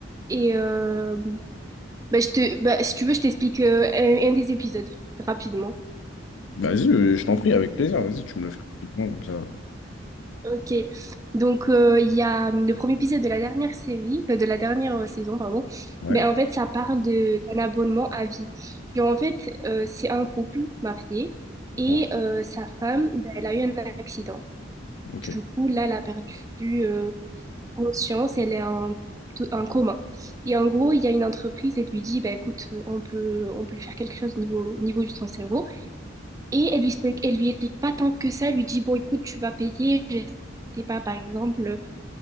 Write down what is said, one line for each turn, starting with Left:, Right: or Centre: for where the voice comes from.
Right: Et euh, bah, je te, bah, si tu veux, je t'explique euh, un, un des épisodes rapidement.
Left: Vas-y, euh, je t'en prie, avec plaisir. Vas-y, tu me le fais rapidement, comme ça.
Right: Ok, donc euh, il y a hum, le premier épisode de la dernière série, euh, de la dernière euh, saison, pardon.
Left: Ouais.
Right: Mais en fait, ça parle de d'un abonnement à vie. Genre en fait, euh, c'est un couple marié et
Left: Ouais.
Right: euh, sa femme, ben, elle a eu un accident.
Left: Ok.
Right: Du coup, là, elle a perdu euh, conscience, elle est en, tout- en coma. Et en gros, il y a une entreprise, elle lui dit, bah, écoute, on peut, on peut lui faire quelque chose au niveau, au niveau de son cerveau. Et elle lui explique, elle lui explique pas tant que ça, elle lui dit, bon, écoute, tu vas payer, je sais pas, par exemple.